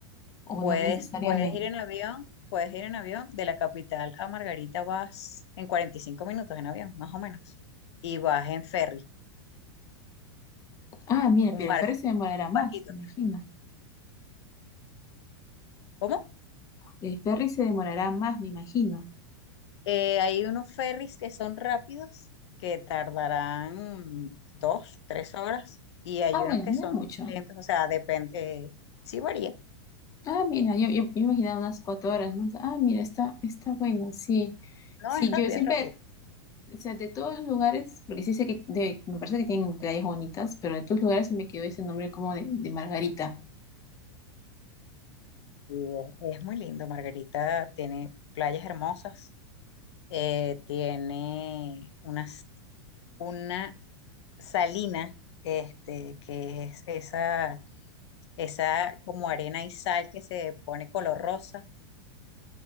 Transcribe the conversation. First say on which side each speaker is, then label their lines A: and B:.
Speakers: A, on the left; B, on the left.
A: o
B: puedes,
A: no necesariamente.
B: puedes ir en avión, puedes ir en avión. De la capital a Margarita vas en 45 minutos en avión, más o menos. Y vas en ferry,
A: Ah, mira,
B: un
A: pero
B: barco,
A: el ferry se demorará
B: un
A: más,
B: barquito.
A: me imagino.
B: ¿Cómo?
A: El ferry se demorará más, me imagino.
B: Eh, hay unos ferries que son rápidos, que tardarán dos, tres horas, y hay
A: Ah, bueno,
B: unos que
A: no
B: son
A: es mucho.
B: lentos, o sea, depende, eh, sí varía.
A: Ah, mira, yo, yo, yo imaginaba unas cuatro horas, ¿no? Ah, mira, está, está bueno, sí.
B: No,
A: Sí,
B: es rápido,
A: yo siempre,
B: es rápido.
A: o sea, de todos los lugares, porque sí sé que de- me parece que tienen playas bonitas, pero de todos los lugares se me quedó ese nombre como de, de Margarita.
B: Y es, es muy lindo, Margarita tiene playas hermosas, eh, tiene unas, una salina, este, que es esa, esa como arena y sal que se pone color rosa,